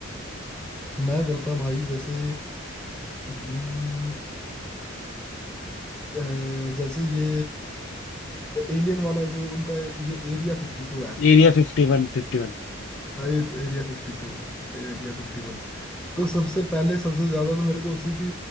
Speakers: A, in the centre; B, on the left.
A: मैं करता भाई जैसे हम्म, अ, जैसे ये एलियन वाला जो उनका ये एरिया फिफ्टी टू है
B: Area fifty one fifty वन
A: Five area fifty two Area fifty one तो सबसे पहले सबसे ज्यादा तो मेरे को उसी की